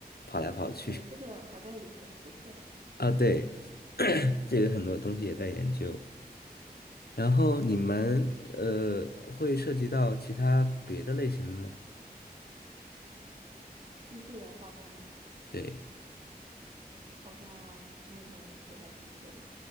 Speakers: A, on the left; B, on the right.
A: 跑来跑去。
B: 对，这个好像已经实现了。
A: 啊，对，<coughs> <clears throat> 这个很多东西也在研究。然后你们呃会涉及到其他别的类型的吗？
B: 机器人方面吗？
A: 对。
B: 好像目前不太清楚了。